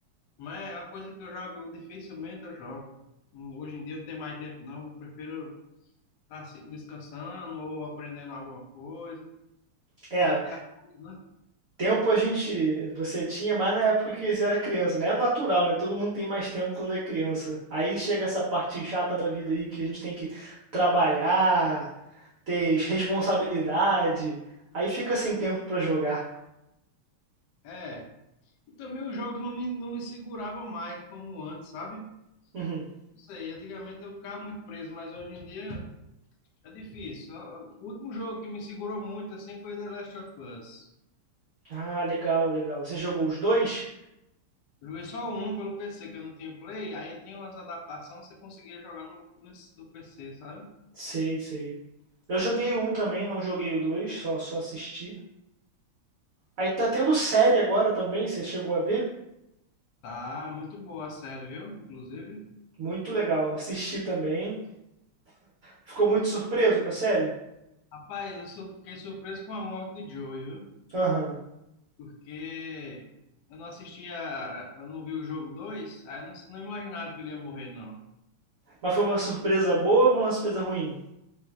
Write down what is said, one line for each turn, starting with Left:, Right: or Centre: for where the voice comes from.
Left: Mas é uma coisa que eu jogo, dificilmente eu jogo. Hoje em dia não tem mais tempo, não. Eu prefiro tá se descansando ou aprendendo alguma coisa.
Right: É,
Left: Vida adulto, né?
Right: tempo a gente, você tinha mais na época que você era criança, né? É natural, né? Todo mundo tem mais tempo quando é criança. Aí chega essa parte chata da vida aí que a gente tem que trabalhar, ter responsabilidade. Aí fica sem tempo pra jogar.
Left: É. E também os jogos não me, não me seguravam mais como antes, sabe?
Right: Uhum.
Left: Não sei, antigamente eu ficava muito preso, mas hoje em dia é difícil. Ah, ah, O último jogo que me segurou muito assim foi The Last of Us.
Right: Ah, legal, legal. Você jogou os dois?
Left: Eu joguei só um pelo PC, que eu não tinha Play, aí tinha umas adaptações que você conseguia jogar no, no, do PC, sabe?
Right: Sei, sei. Eu joguei o um também, não joguei o dois, só só assisti. Aí tá tendo série agora também, você chegou a ver?
Left: Tá, muito boa a série, viu? Inclusive.
Right: Muito legal. Assisti também. Ficou muito surpreso com a série?
Left: Rapaz, eu sou- fiquei surpreso com a morte de Joey, viu?
Right: Aham.
Left: Porque eu não assistia, eu não vi o jogo 2. aí eu não, não imaginava que ele ia morrer, não.
Right: Mas foi uma surpresa boa ou foi uma surpresa ruim?